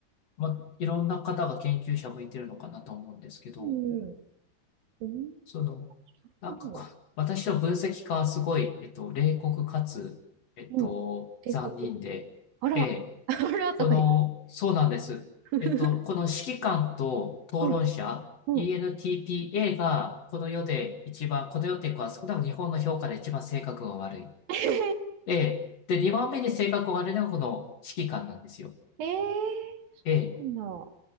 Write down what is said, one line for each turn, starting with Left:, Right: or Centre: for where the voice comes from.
Left: ま、いろんな方が研究者向いてるのかなと思うんですけど、
Right: うん。うん。う
Left: その、
Right: ん。
Left: なんかこう、
Right: なるほど
Left: 私の分析家はすごい、えっと、冷酷かつ、えっと、
Right: うん。帝国。
Left: 残忍で、
Right: あら、
Left: ええ
Right: <laughs> あらとか言って。
Left: この、そうなんです。
Right: <laughs>
Left: えっと、この指揮官と討論者、
Right: うん、うん。
Left: ENTPA がこの世で一番、この世っていうか、少なくとも日本の評価で一番性格が悪い。
Right: え
Left: で、で、2番目に性格が悪いのがこの指揮官なんですよ。
Right: ーえー、
Left: ええ
Right: なんだ。